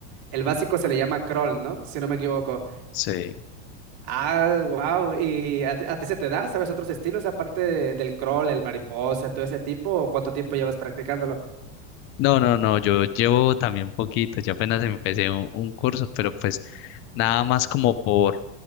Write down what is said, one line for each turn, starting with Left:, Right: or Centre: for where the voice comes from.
Right: el básico se le llama crawl, ¿no? Si no me equivoco.
Left: Sí.
Right: Ah, wow, ¿y a ti, a ti se te da? ¿Sabes otros estilos aparte de- del crawl, el mariposa, todo ese tipo? ¿O cuánto tiempo llevas practicándolo?
Left: No, no, no, yo llevo también poquito, yo apenas empecé un, un curso, pero pues nada más como por,